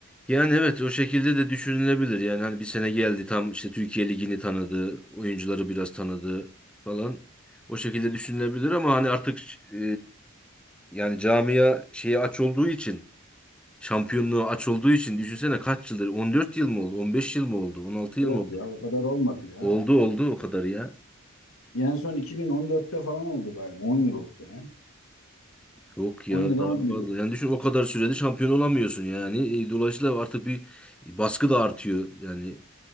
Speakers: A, in the centre; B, on the left (about 70°).
A: Yani evet o şekilde de düşünülebilir. Yani hani bir sene geldi tam işte Türkiye Ligi'ni tanıdı, oyuncuları biraz tanıdı falan. O şekilde düşünülebilir ama hani artık e, yani camia şeyi aç olduğu için, şampiyonluğu aç olduğu için düşünsene kaç yıldır? 14 yıl mı oldu? 15 yıl mı oldu? 16
B: Yok
A: yıl mı oldu?
B: ya o kadar olmadı ya.
A: Oldu oldu o kadar ya.
B: En son 2014'te falan oldu galiba. 10 yıl oldu. He?
A: Yok ya
B: 10 ya da
A: daha
B: 11
A: fazla.
B: yıl.
A: Yani düşün o kadar sürede şampiyon olamıyorsun yani. E, dolayısıyla artık bir baskı da artıyor yani